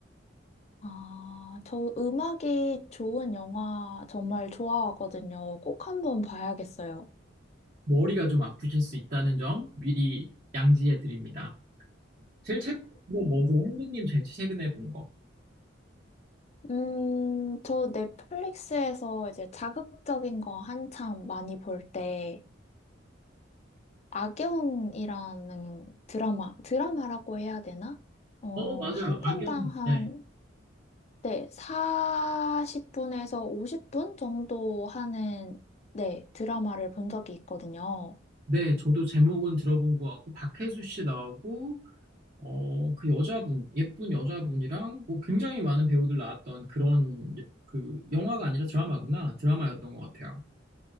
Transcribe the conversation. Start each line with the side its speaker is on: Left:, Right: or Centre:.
Left: 아, 저 음악이 좋은 영화 정말 좋아하거든요. 꼭 한번 봐야겠어요.
Right: 머리가 좀 아프실 수 있다는 점 미리 양지해 드립니다. 제일 최근에 본건 뭐죠? 형님 제일 최근에 본 거.
Left: 음, 저 넷플릭스에서 이제 자극적인 거 한참 많이 볼 때, 악연이라는 드라마, 드라마라고 해야 되나? 어,
Right: 어, 맞아요.
Left: 한 편당
Right: 악연.
Left: 한,
Right: 네.
Left: 네, 40분에서 50분 정도 하는, 네, 드라마를 본 적이 있거든요.
Right: 네, 저도 제목은 들어본 것 같고 박혜수 씨 나오고 어, 그 여자분, 예쁜 여자분이랑 뭐 굉장히 많은 배우들 나왔던 그런 여- 그 영화가 아니라 드라마구나. 드라마였던 것 같아요.